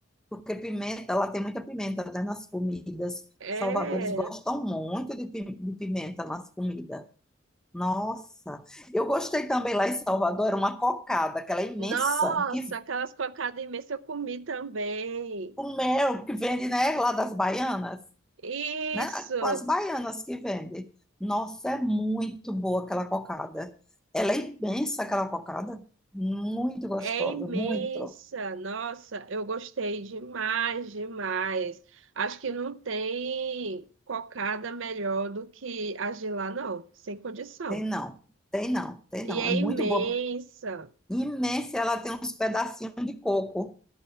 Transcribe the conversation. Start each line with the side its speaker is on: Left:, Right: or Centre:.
Centre: Porque pimenta, ela tem muita pimenta, né, nas comidas.
Right: É,
Centre: Salvadores gostam muito de pi- de pimenta nas comidas. Nossa! Eu gostei também lá em Salvador, era uma cocada, aquela imensa,
Right: nossa,
Centre: que
Right: aquelas cocadas imensas eu comi também.
Centre: o mel que vende, né, lá das baianas,
Right: Isso,
Centre: né? Com as baianas que vende. Nossa, é muito boa aquela cocada. Ela é imensa, aquela cocada. Muito gostosa,
Right: É imensa,
Centre: muito.
Right: nossa, eu gostei demais, demais. Acho que não tem cocada melhor do que as de lá, não, sem condição.
Centre: Tem não, tem não, tem
Right: E
Centre: não.
Right: é
Centre: É muito
Right: imensa.
Centre: boa. Imensa, ela tem uns pedacinhos de coco.